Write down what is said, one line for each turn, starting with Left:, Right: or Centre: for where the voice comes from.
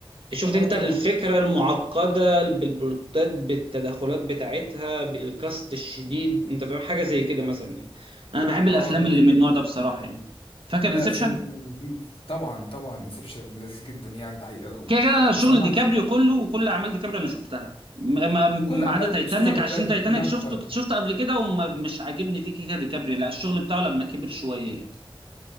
Right: شفت
Left: اه
Right: انت
Left: طبعا
Right: الفكره
Left: شفته
Right: المعقده
Left: كتير أوي.
Right: بالبلوتات بالتدخلات بتاعتها بالكاست الشديد انت فاهم حاجه زي كده مثلا يعني. انا بحب الافلام
Left: اه جميل
Right: اللي من
Left: جدا
Right: النوع ده بصراحه يعني فاكر
Left: لا
Right: انسبشن
Left: فيلم لذيذ طبعا طبعا انسبشن لذيذ جدا يعني الحقيقه
Right: كده كده انا شغل
Left: وافلام
Right: ديكابريو
Left: عن-
Right: كله وكل اعمال ديكابريو انا شفتها ما ما- ما
Left: كل اعمال
Right: عدا تايتانيك
Left: كريستوفر نولان
Right: عشان تايتانيك
Left: كلها
Right: شفته
Left: محترمه
Right: شفته قبل كده ومش عاجبني فيه كده ديكابريو لا الشغل بتاعه لما كبر شويه يعني.